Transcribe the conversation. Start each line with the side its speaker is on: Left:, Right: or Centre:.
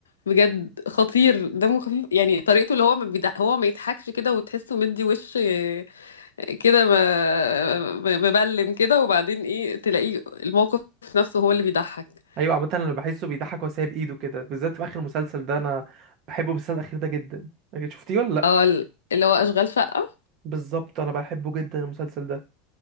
Left: بجد خطير دمه خفيف يعني طريقته اللي هو ما بيضح هو ما يضحكش كده وتحسه مدي وش آه، كده ما- ما- مبلم كده وبعدين ايه تلاقيه الموقف نفسه هو اللي بيضحك
Right: ايوه عامة انا بحسه بيضحك وهو سايب ايده كده بالذات في اخر مسلسل ده انا بحب المسلسل الاخير ده جدا شفتيه ولا؟
Left: اه ال- اللي هو اشغال شقة
Right: بالظبط انا بحبه جدا المسلسل ده